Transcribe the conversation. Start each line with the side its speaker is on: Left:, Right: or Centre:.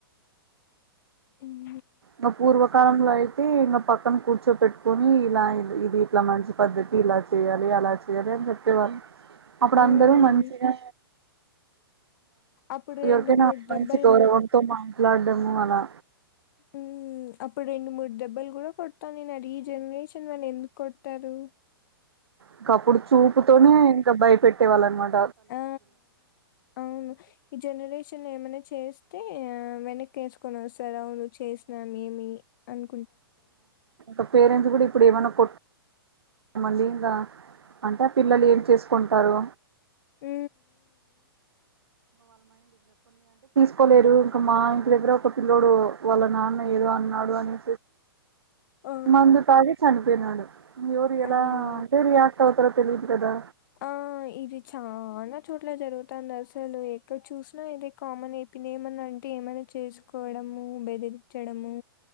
Left: ఉమ్
Right: మ పూర్వకాలంలో అయి తే ఇంగ ప మొత్తం కూర్చో పెట్టుకని ఇలా అయింది, ఇది ఇట్లా మంచి పద్ధతి ఇలా చేయాలి అలా <unintelligible> చెప్పేవాళ్ళు అప్పుడు
Left: మ్మ్
Right: అందరూ మంచిగా
Left: అప్పుడు
Right: ఎవరికైన
Left: రెండు మూడు
Right: మంచి
Left: దెబ్బలు
Right: గౌరవంతో
Left: కూడా
Right: మా లాడ్డము అలా
Left: ఉమ్ అప్పుడు రెండు మూడు దెబ్బలు కూడా కొడతాన్నారు, ఈ జనరేషన్ వాళ్ళు ఎందుకు కొట్టరు?
Right: ఇంక అప్పుడు చూపుతోనే ఇంకా భయపెట్ సే వాళ్ళన్నమాట
Left: ఆ అవును ఈ జనరేషన్ ఏమన్న చేస్తే ఆ వెనక్కి వేసుకొని వస్తారు అవును చేసినాం ఏమి అని
Right: ఆ పేరెంట్స్ కూడా ఇప్పుడు ఏమైన్నా కొట్టమడి ఇంకా అంటే ఆ పిల్లలు ఏం చేసుకుంటారు
Left: హ
Right: ఒకోలేరు ఇంకా మా ఇంటి దగ్గర ఒక పిల్లడు వాళ్ళ నాన్న ఏదో అన్నాడు అని
Left: ఓ
Right: మందు తాగి చని పోయినాడు ఎవరి ఎలా
Left: అయ్యో
Right: అంటే రియాక్ట్ అవుతారో తెలియదు కదా
Left: ఆ ఇది చా చోట్ల జరుగుతా అసలు ఇక్కడ చూసినా ఇదే కామన్ అయి ఇని ఏమన్నా అంటే ఏమైనా చేసు కోవడము బెదిరించడము